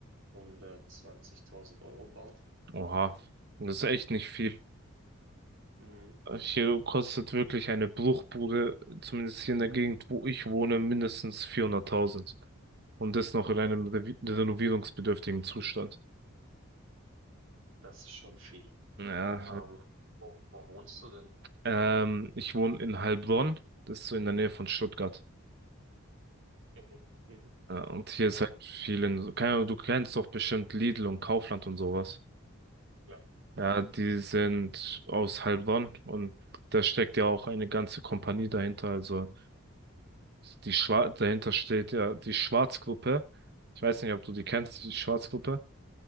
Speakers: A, on the right; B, on the right.
A: 120.000 Euro bauen.
B: Oha, das ist echt nicht viel.
A: Mhm.
B: Hier kostet wirklich eine Bruchbude, zumindest hier in der Gegend, wo ich wohne, mindestens vierhunderttausend Und das noch in einem revi- renovierungsbedürftigen Zustand.
A: Das ist schon viel.
B: Ja,
A: Ähm, wo, wo wohnst du denn?
B: ähm, ich wohne in Heilbronn, das ist so in der Nähe von Stuttgart.
A: Mhm, mhm,
B: Ja, und hier ist
A: ja,
B: halt vielen, so, keine Ahnung, du kennst doch bestimmt Lidl und Kaufland und sowas.
A: klar. Mhm.
B: Ja, die sind aus Heilbronn und da steckt ja auch eine ganze Kompanie dahinter. Also die Schwar dahinter steht ja die Schwarzgruppe. Ich weiß nicht, ob du die kennst, die Schwarzgruppe.